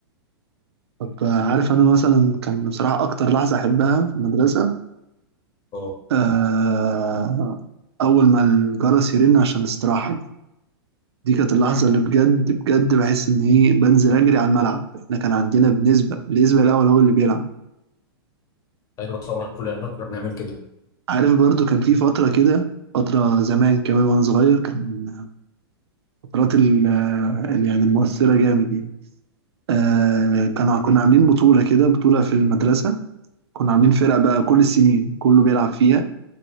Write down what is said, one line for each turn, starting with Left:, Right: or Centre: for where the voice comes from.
Right: طب آه، عارف انا مثلا كان بصراحة اكتر لحظة احبها في المدرسة
Left: اه
Right: آه اول ما الجرس يرن عشان الاستراحة دي كانت اللحظة اللي بجد بجد بحس إن إيه بنزل أجري على الملعب إحنا كان عندنا بنسبة النسبة الأول هو اللي بيلعب
Left: ايوه طبعا كلنا كنا بنعمل كده
Right: عارف برضو كان في فترة كده فترة زمان كمان وأنا صغير كان فترات ال آه، ال- يعني المؤثرة جامد يعني آه كانوا كنا عاملين بطولة كده بطولة في المدرسة كنا عاملين فرقة بقى كل السنين كله بيلعب فيها